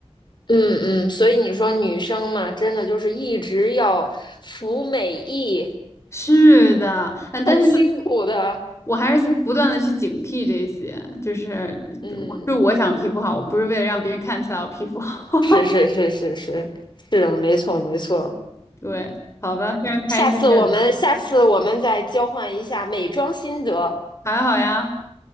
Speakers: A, on the left (about 45°); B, on the left (about 25°).
A: 嗯嗯，所以你说女生嘛，真的就是一直要服美役，
B: 是的，嗯，但是
A: 很辛苦的。
B: 我还是不断的去警惕这些，就是我是我想皮肤好，
A: 嗯，
B: 我不是为了让别人看起来我皮肤好。<laughs>
A: 是是是是是是的，没错没错。
B: 对，好吧，非常开心跟你聊，
A: 下次我们下次我们再交换一下美妆心得。
B: 还好呀。